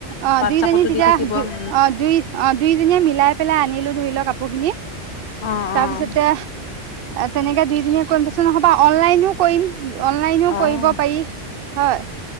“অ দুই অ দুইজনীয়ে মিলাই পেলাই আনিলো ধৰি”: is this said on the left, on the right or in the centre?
Right